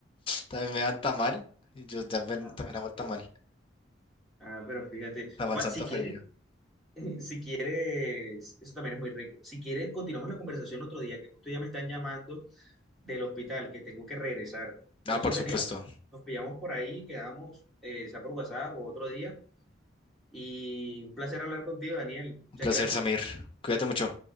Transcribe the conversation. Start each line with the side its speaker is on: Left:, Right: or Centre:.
Left: también me daban tamal. y Yo también,
Centre: ah,
Left: también
Centre: ok.
Left: amo el tamal.
Centre: Ah, pero fíjate,
Left: Tamal
Centre: papá,
Left: Santa
Centre: si
Left: Feria.
Centre: quieres, <laughs> si quieres, eso también es muy rico. Si quieres, continuamos la conversación otro día, que justo ya me están llamando del hospital, que tengo que regresar. Entonces,
Left: Ah, por
Centre: Daniel,
Left: supuesto.
Centre: nos pillamos por ahí, quedamos, eh, sea por WhatsApp o otro día. Y un placer hablar contigo, Daniel. Muchas
Left: Un placer,
Centre: gracias.
Left: Samir. Cuídate mucho.